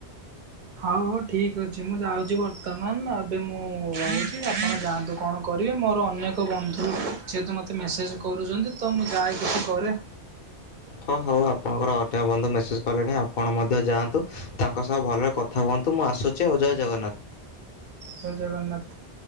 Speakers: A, on the right; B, on the left.
A: ହୋଉ ହୋଉ ଠିକ ଅଛି ମୁଁ ଯାଉଛି ବର୍ତ୍ତମାନ ଏବେ ମୁଁ ରହୁଛି। <inaudible> ଆପଣ ଯାଆନ୍ତୁ କଣ କର କରିବି। ମୋର ଅନେକ ବନ୍ଧୁ ସିଏ ତ ମୋତେ ମେସେଜ କରୁଛନ୍ତି। ତ ମୁଁ ଯାଏ କିଛି କରେ।
B: ହଁ ହଉ ଆପଣଙ୍କର ବନ୍ଧୁ ମେସେଜ କଲେଣି। ଆପଣ ମଧ୍ୟ ଯାଆନ୍ତୁ। ତାଙ୍କ ସହ ଭଲରେ କଥା ହୁଅନ୍ତୁ। ମୁଁ ଆସୁଛି। ଆଉ ଜୟ ଜଗନ୍ନାଥ।
A: ଜୟେ ଜଗନ୍ନାଥ।